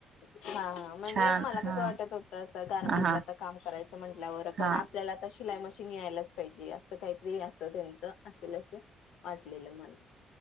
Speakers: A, on the left (about 70°); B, on the right (about 55°).
A: हा हा, म्हणजे
B: छान
A: मला कसं
B: हा
A: वाटत होतं, असं गारमेंटला
B: हा हा
A: आता काम कराय म्हटल्यावर
B: हा
A: पण आपल्याला <unintelligible> शिलाय मशीन यायलाच पाहिजे, असं काहीतरी असं त्यांचं असेल, असं वाटलेलं मला